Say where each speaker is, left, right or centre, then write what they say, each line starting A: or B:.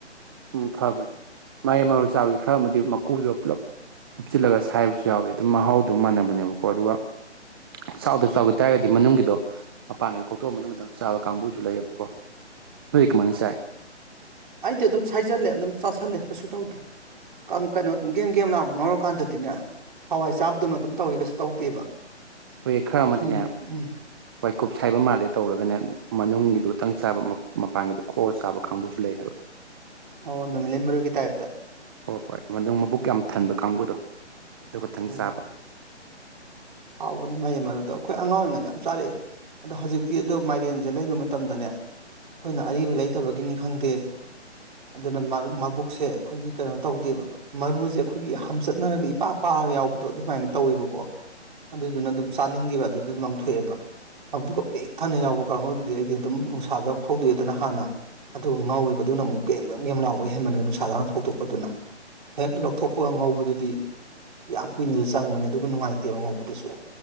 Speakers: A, on the right; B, on the right.
A: ꯎ ꯐꯕꯅꯦ ꯃꯔꯩ ꯃꯔꯣꯡ ꯆꯥꯕꯕꯁꯤ ꯈꯔ ꯑꯃꯗꯤ ꯃꯀꯨꯗꯣ ꯄꯨꯜꯂꯞ ꯎꯞꯁꯤꯤꯜꯂꯒ ꯁꯥꯏꯕꯁꯨ ꯌꯥꯎꯋꯤ ꯑꯗꯨꯝ ꯃꯍꯥꯎ ꯑꯗꯨꯝ ꯃꯥꯟꯅꯕꯅꯦꯕꯀꯣ ꯑꯗꯨꯒ ꯆꯥꯎꯥꯛꯗ ꯆꯥꯎꯈꯤ ꯇꯥꯔꯒꯗꯤ ꯃꯅꯨꯡꯒꯤꯗꯣ ꯃꯄꯥꯟꯒꯤꯗ ꯈꯣꯛꯇꯣꯛꯑ ꯃꯇꯨꯡꯒꯤꯊꯪ ꯆꯥꯕ ꯀꯥꯡꯕꯨꯁꯨ ꯂꯩꯌꯦꯕꯀꯣ ꯃꯁꯥꯏ
B: ꯑꯩꯗꯤ ꯑꯗꯨꯝ ꯁꯥꯏꯖꯜꯂꯦ ꯑꯗꯨꯝ ꯆꯥꯥꯁꯜꯂꯦ ꯀꯩꯁꯨ ꯇꯧꯗꯦ ꯀꯩꯅꯣ ꯒꯦꯝ ꯒꯦꯝ ꯂꯥꯎꯅ ꯉꯥꯎꯔ ꯀꯥꯟꯗꯗꯤꯅꯦ ꯍꯋꯥꯏ ꯆꯥꯕꯗꯨꯅ ꯑꯗꯨꯝ ꯇꯧꯋ ꯀꯩꯁꯨ ꯇꯧꯗꯦꯕ
A: ꯍꯣꯏ ꯈꯔ ꯑꯃꯗꯤꯅꯦ
B: ꯊꯨꯝ ꯎꯝ
A: ꯍꯣꯏ ꯀꯨꯞꯁ ꯍꯥꯏꯕ ꯃꯥꯜꯂꯦ ꯇꯧꯔꯒꯅꯦ ꯃꯅꯨꯡꯒꯤꯗꯨ ꯈꯤꯇꯪ ꯆꯥꯕ ꯃꯄꯥꯟꯒꯤꯗꯣ ꯈꯣꯑ ꯆꯥꯕ ꯀꯥꯡꯕꯨꯁꯨ ꯂꯩ ꯍꯥꯏꯕ <unintelligible>
B: ꯑꯣ ꯅꯨꯃꯤꯠ ꯂꯩꯩ ꯃꯔꯨꯒꯤ ꯇꯥꯏꯞꯇ
A: ꯍꯣꯏ ꯍꯣꯏ ꯃꯅꯨꯡ ꯃꯕꯨꯛ ꯌꯥꯝ
B: ꯎꯝ
A: ꯊꯟꯕ ꯀꯥꯡꯕꯨꯗꯣ ꯑꯗꯨ ꯈꯇꯪ
B: ꯎꯝ
A: ꯆꯥꯕ
B: ꯍꯥꯎꯕꯅꯦ ꯃꯩ ꯃꯔꯨꯗꯣ ꯑꯩꯈꯣꯏ ꯑꯉꯥꯡ ꯑꯣꯏꯔꯤꯉꯗ ꯌꯥꯝ ꯆꯥꯔꯛꯑꯏ ꯑꯗꯣ ꯍꯧꯖꯤꯛꯇꯤ ꯑꯗꯣ ꯃꯥꯏꯔꯦꯟꯁꯦ ꯂꯩꯔꯨꯕ ꯃꯇꯝꯗꯅꯦ ꯑꯩꯈꯣꯏꯅ ꯑꯔꯤꯕ ꯂꯩꯇꯕꯒꯤꯅꯤ ꯈꯪꯗꯦ ꯑꯗꯨꯅ ꯃꯕꯨꯛꯁꯦ ꯑꯩꯈꯣꯏꯒꯤ ꯀꯩꯅꯣ ꯇꯧꯗꯦꯕ ꯃꯔꯨꯁꯦ ꯑꯩꯈꯣꯏꯒꯤ ꯍꯝꯆꯠꯅꯔꯒ ꯏꯄꯥ ꯄꯥꯔꯒ ꯌꯥꯎꯕꯗꯣ ꯑꯗꯨꯃꯥꯏꯅ ꯇꯧꯋꯦꯕꯀꯣ ꯑꯗꯨꯗꯨꯅ ꯑꯗꯨꯝ ꯆꯥꯅꯤꯡꯗꯦꯕ ꯑꯗꯨꯗ ꯑꯗꯨꯝ ꯂꯪꯊꯣꯛꯑꯦꯕ ꯑꯗꯨꯒ ꯄꯦꯛ ꯊꯅ ꯌꯥꯎꯕ ꯀꯥꯡꯒꯗꯨꯗꯤ ꯑꯩꯗꯤ ꯑꯗꯨꯝ ꯅꯨꯡꯁꯥꯗ ꯐꯥꯎꯗꯣꯛꯑꯦꯗꯅ ꯍꯥꯟꯅ ꯑꯗꯨꯒ ꯉꯥꯎꯕꯗꯨꯅ ꯑꯃꯨꯛ ꯒꯦꯝꯒꯒꯦꯝ ꯂꯥꯎꯕꯩ ꯍꯦꯟꯕꯅꯦ ꯅꯨꯡꯁꯥꯖꯥꯅ ꯐꯧꯗꯣꯛꯄꯗꯨꯅ ꯍꯦꯛ ꯂꯧꯊꯣꯛꯄ ꯉꯧꯕꯗꯨꯗꯤ ꯌꯥꯝ ꯀꯨꯏꯅꯁꯨ ꯆꯪꯕꯅꯦ ꯑꯗꯨꯒ ꯅꯨꯡꯉꯥꯏꯇꯦꯕ ꯉꯧꯕꯗꯨ ꯑꯗꯨꯁꯨ